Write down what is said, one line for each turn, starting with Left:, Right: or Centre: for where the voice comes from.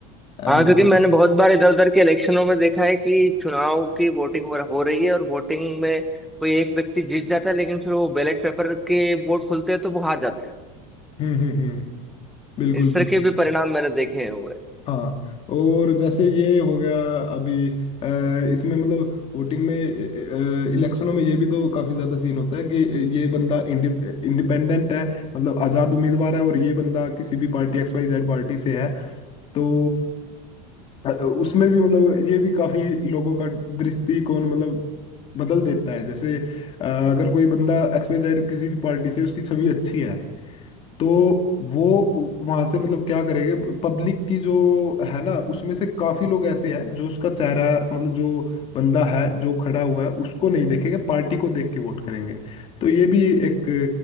Left: अ,
Centre: हाँ क्योंकि
Left: हम्म
Centre: मैंने बहुत बार इधर उधर के इलेक्शनों में देखा है कि चुनाव की वोटिंग हो, हो रही है और वोटिंग में कोई एक व्यक्ति जीत जाता है लेकिन फिर वो बैलेट पेपर के वोट खुलते हैं तो वो हार जाता है
Left: हम्म हम्म बिल्कुल
Centre: इस
Left: बिल्कुल
Centre: तरह के भी परिणाम मैंने देखे हुए हैं।
Left: हाँ और जैसे ये हो गया अभी अ, इसमें मतलब वोटिंग में इलेक्शनों में ये भी तो काफी ज्यादा सीन होता है कि ये बंदा इंडिपेंडेंट है मतलब आजाद उम्मीदवार है और ये बंदा किसी भी party X Y Z party से है तो अ, उसमें भी मतलब ये भी काफी लोगों का दृष्टिकोण मतलब बदल देता है जैसे अ, अगर कोई बंदा एक्स वाई जेड किसी भी पार्टी से उसकी छवि अच्छी है तो वो वहां से मतलब क्या करेंगे पब्लिक की जो है ना उसमें से काफी लोग ऐसे हैं जो उसका चेहरा मतलब जो बंदा है जो खड़ा हुआ है उसको नहीं देखेंगे पार्टी को देख के वोट करेंगे तो ये भी एक